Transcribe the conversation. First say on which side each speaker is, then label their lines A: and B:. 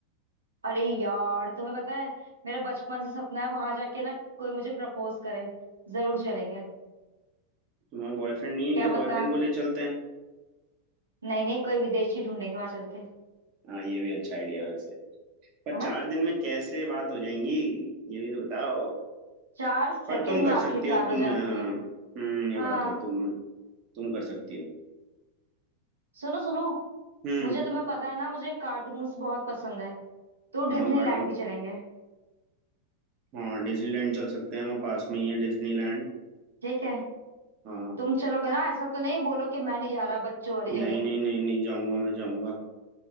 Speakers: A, on the right (about 70°); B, on the right (about 40°).
A: अरे यार तुम्हें पता है मेरा बचपन से सपना है वहां जाके ना कोई मुझे प्रपोज करे जरूर चलेंगे
B: तुम्हारा बॉयफ्रेंड नहीं है
A: क्या
B: क्या
A: पता
B: बॉयफ्रेंड को ले चलते हैं
A: नहीं नहीं कोई विदेशी ढूंढेंगे वहां चल के
B: हाँ ये भी अच्छा आइडिया है वैसे पर
A: है ना
B: चार दिन में कैसे बात हो जाएंगी ये भी तो बताओ
A: चार सेकंड
B: पर तुम कर
A: में आंखें
B: सकती
A: चार
B: हो तुम
A: हो जाती
B: हाँ
A: हैं
B: हम्म ये
A: हाँ
B: बात तो है तुम तुम कर सकती हो
A: सुनो सुनो
B: हम्म
A: मुझे तुम्हें पता है ना मुझे कार्टून्स बहुत पसंद है तो
B: हाँ
A: डिज्नीलैंड
B: कार्टून
A: भी चलेंगे
B: हाँ डिज्नीलैंड चल सकते हैं वहाँ पास में ही है डिज्नीलैंड
A: ठीक है
B: हाँ
A: तुम चलोगे ना ऐसा तो नहीं बोलो कि मैं नहीं जा रहा बच्चों वाली जगह
B: नहीं नहीं नहीं नहीं जाऊंगा मैं जाऊंगा